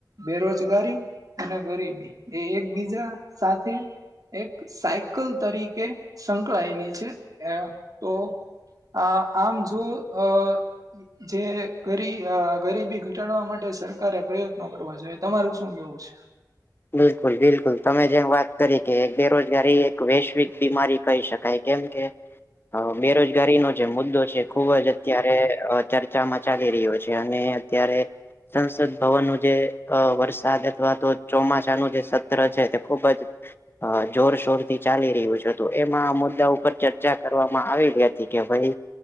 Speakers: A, on the right; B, on the left.
A: બેરોજગારી અને ગરીબી, એ એકબીજા સાથે એક સાયકલ તરીકે સંકળાયેલી છે, એ તો આ આમ જો અ.. જે ગરી અહ ગરીબી ઘટાડવા માટે સરકારે પ્રયત્નો કરવા જોઈએ. તમારું શું કહેવું છે?
B: બિલકુલ-બિલકુલ. તમે જેમ વાત કરી કે બેરોજગારી એ વૈશ્વિક બીમારી કહી શકાય. કેમ કે અહ બેરોજગારીનો જે મુદ્દો છે ખુબ જ અત્યારે અહ ચર્ચામાં ચાલી રહ્યો છે. અને અત્યારે સંસદ ભવનનું જે અહ વરસાદ અથવા તો ચોમાસાનું જે સત્ર છે તે ખુબ જ અહ જોરશોર થી ચાલી રહ્યુ છે. તો એમાં આ મુદ્દા ઉપર ચર્ચા કરવામાં આવેલી હતી, કે ભઈ